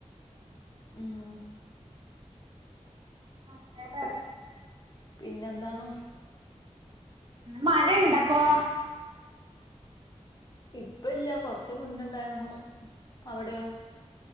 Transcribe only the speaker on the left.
ഉം
പിന്നെ എന്താണ്
ഇപ്പ ഇല്ല കൊർച്ച് മുന്നെണ്ടാര്ന്നു അവിടെയോ